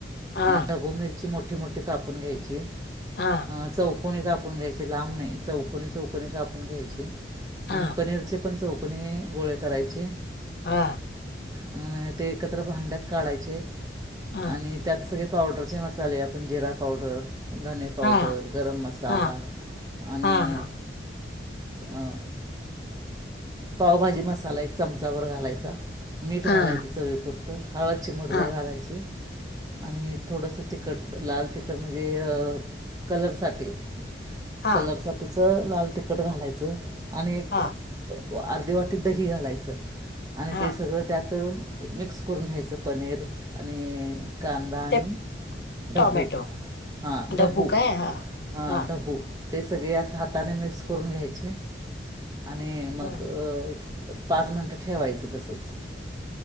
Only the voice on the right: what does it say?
ढबू मिर ची मोठी-मोठी कापून घ्यायची
अ चौ कोनी कापून घ्यायचे लांब नाही चौकनी-चौकनी कापून घ्यायचे.
चे पण चौकोनी गोळे करायचे.
अं ते एकत्र भांड्यात काढायचे
आणि त्यात सगळे पावडरचे मसाले आपण जिरा पावडर धणे पावडर
गरम मसाला
आणि
अ पावभाजी मसाला एक चमचावर घालायचा. मीठ
घालायच चवीपुरतं, हळद चिमटभर
घालायची. आणि थोडस तिखट लाल तिखट म्हणजे अ कलरसाठी.
कलर साठीच लाल तिखट घालायचं आणि
अर्धे वाटीत दही घालायचं आणि
ते सगळं त्यात मिक्स करून घ्यायचं पनीर आणि कांदा आणि
ढबू
हां ढबू.
हा
ढबू. ते सगळे अस हाताने मिक्स करून घ्यायचे आणि मग
पाच मिनटं ठेवायचं तसंच